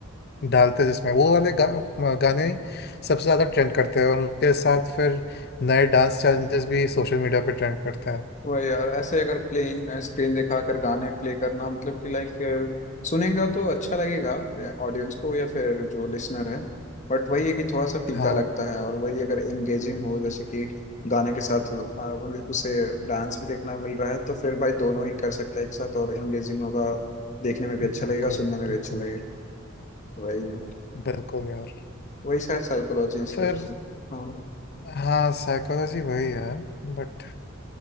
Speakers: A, on the left; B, on the left.
A: डालते हैं जिसमें वो वाले गा, अ, गाने ही सबसे ज़्यादा ट्रेंड करते हैं और उनके साथ फिर नए डांस चैलेंजेस भी सोशल मीडिया पे ट्रेंड करते हैं
B: वही यार ऐसे अगर प्लेन स्क्रीन दिखा कर गाने प्ले करना मतलब कि लाइक सुनेगा तो अच्छा लगेगा ऑडियंस को या फिर जो लिसनर है बट वही है कि थोड़ा सा फीका
A: हाँ
B: लगता है और वही अगर एंगेजिंग हो जैसे कि गाने के साथ आ, वो- उसे डांस भी देखना मिल रहा है तो फिर भाई दोनों ही कर सकता है एक साथ और एंगेजिंग होगा देखने में भी अच्छा
A: बिल्कुल
B: लगेगा सुनने में भी
A: बिल्कुल
B: अच्छा लगेगा वही है
A: बिल्कुल यार
B: वही शायद साइकोलॉजी इसके
A: फिर
B: पीछे हाँ
A: हाँ साइकोलॉजी वही है बट